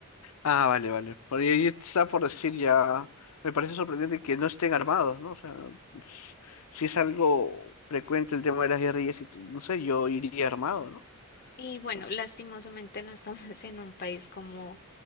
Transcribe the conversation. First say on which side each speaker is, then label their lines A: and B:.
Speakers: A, on the left; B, on the left.
A: Ah, vale, vale. Por ahí está por decir ya... Me parece sorprendente que no estén armados, ¿no? O sea, s- si es algo frecuente el tema de las guerrillas, y t- no sé, yo iría armado, ¿no? O
B: Y bueno,
A: sea,
B: lastimosamente no estamos <laughs> en un país como